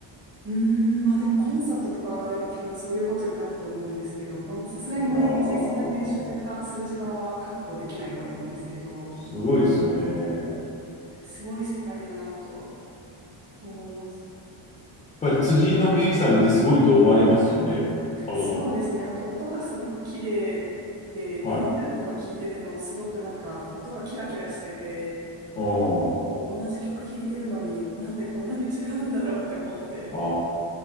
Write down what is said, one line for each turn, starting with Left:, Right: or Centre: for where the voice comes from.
Right: うーん、まあでもコンサートとかがあれば多分そういうことになると思うんですけど、まあさすがに毎日そんなに練習時間、
Left: いやー、
Right: する時間は確保できないと思うんですけど、
Left: すごいですよね。やっ
Right: すごい世界だなと。思います。
Left: ぱり辻井伸行さん見てすごいと思われますよね。あの、
Right: そうですね。あと音がすごく綺麗で、
Left: はい。
Right: YouTube とか聞いててもすごくなんか音がキラキラしてて、
Left: あー
Right: こう同じ曲弾いてるのになんでこんなに違うんだろうって思って。
Left: あ